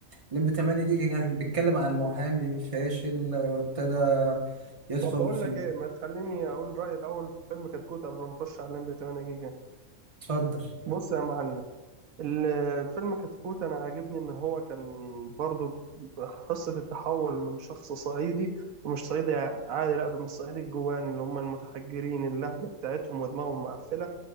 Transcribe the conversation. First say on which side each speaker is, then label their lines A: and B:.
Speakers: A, on the right; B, on the right.
A: الليمبي 8 جيجا كان بيتكلم عن محامي فاشل آه، ابتدى يدخل
B: طب بقول
A: في
B: لك
A: ال-
B: ايه ما تخليني اقول رأيي الاول في فيلم كتكوت قبل ما نخش على الليمبي 8 جيجا
A: اتفضل
B: بص يا معلم الفيلم كتكوت انا عاجبني ان هو كان برضو قصة التحول من شخص صعيدي ومش صعيدي عادي لا ده من الصعيدي الجواني اللي هم المتحجرين اللهجة بتاعتهم ودماغهم مقفلة